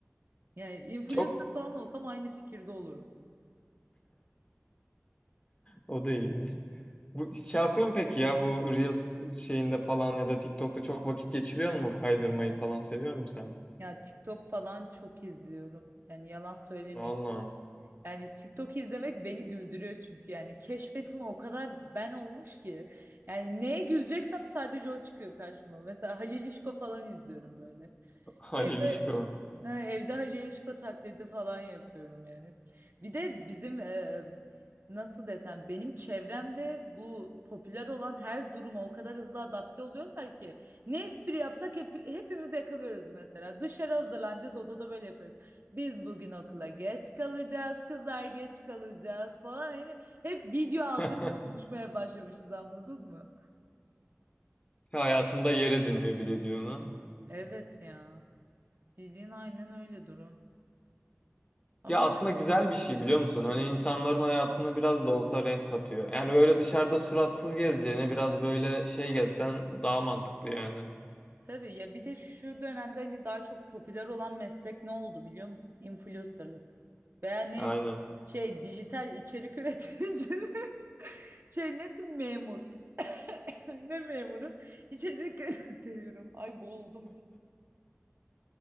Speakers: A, on the right (about 50°); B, on the left (about 25°).
A: ya. Yani influencer
B: Çok
A: falan olsam aynı fikirde olurum.
B: o da iyiymiş. Bu şey yapıyor musun peki ya bu Reels şeyinde falan ya da TikTok'ta çok vakit geçiriyor mu Kaydırmayı falan seviyor musun sen?
A: Ya TikTok falan çok izliyorum. Yani yalan söylemeyeyim.
B: Vallahi
A: Yani TikTok izlemek beni güldürüyor çünkü. Yani keşfetime o kadar ben olmuş ki. Yani neye güleceksem sadece o çıkıyor karşıma. Mesela Halil İşko falan izliyorum böyle.
B: Halil
A: Evde
B: İşko.
A: Ha, evde Halil Yeşko taklidi falan yapıyorum yani. Bir de bizim e, nasıl desem benim çevremde bu popüler olan her duruma o kadar hızlı adapte oluyorlar ki ne espri yapsak hep, hepimiz yakalıyoruz mesela. Dışarı hazırlanacağız odada böyle yapıyoruz. Biz bugün okula geç kalacağız, kızlar geç kalacağız falan. Yani hep video ağzıyla
B: <laughs>
A: konuşmaya başlamışız anladın mı?
B: Hayatımda yer ediniyor bir de diyor ha.
A: Evet ya. Bildiğin aynen öyle durum. Ama
B: Ya aslında güzel bir şey biliyor musun? Hani insanların hayatına biraz da olsa renk katıyor. Yani böyle dışarıda suratsız gezeceğine biraz böyle şey gezsen daha mantıklı yani.
A: Tabii ya bir de şu dönemde hani daha çok popüler olan meslek ne oldu biliyor musun? Influencer'lık. Veya ne
B: Aynen.
A: şey dijital içerik üreticiliği. <laughs> Şey nesin memur? <laughs> Ne memuru? İçerik <laughs> üretiyorum. Ay boğuldum.